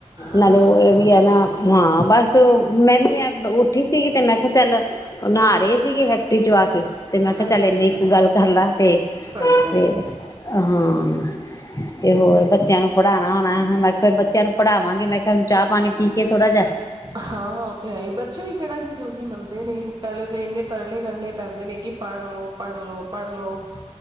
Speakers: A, on the right; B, on the left.
A: ਹਾਂ
B: ਨਾਲੇ ਉਹ ਏ ਵੀ ਹੈ ਨਾ ਹਾਂ ਬਸ ਮੈਂ ਵੀ ਉੱਠੀ ਸੀਗੀ ਤੇ ਮੈਂ ਕਿਹਾ ਚੱਲ ਨਹਾ ਰਹੇ ਸੀਗੇ ਫੈਕਟਰੀ ਚੋ ਆ ਕੇ ਤੇ ਮੈਂ ਕਿਹਾ
A: ਅੱਛਾ
B: ਚੱਲ ਇੰਨੀ
A: ਅੱਛਾ
B: ਕ ਗੱਲ ਕਰ ਲਾ ਤੇ
A: ਅੱਛਾ
B: ਫੇਰ
A: ਅੱਛਾ
B: ਹਾਂ ਤੇ ਹੋਰ ਬੱਚਿਆਂ ਨੂੰ ਪੜ੍ਹਾਉਣਾ ਹੋਣਾ ਮੈਂ ਕਿਹਾ ਬੱਚਿਆਂ ਨੂੰ ਪੜਾਵਾਂਗੇ ਮੈਂ ਕਿਹਾ ਹੁਣ ਚਾਹ ਪਾਣੀ ਪੀ ਕੇ ਥੋੜਾ ਜਿਹਾ
A: ਹਾਂ ਹਾਂ ਉਹ ਤੇ ਹੈ ਹੀ ਬੱਚੇ ਵੀ ਕਿਹੜਾ ਜੀ ਜਲਦੀ ਮੰਨਦੇ ਨੇ ਪਹਿਲੇ ਤਾਂ ਇੰਨੇ ਤਰਲੇ ਕਰਨੇ ਪੈਂਦੇ ਨੇ ਕਿ ਪੜ੍ਹ ਲਓ ਪੜਲੋ ਪੜ੍ਹਲੋ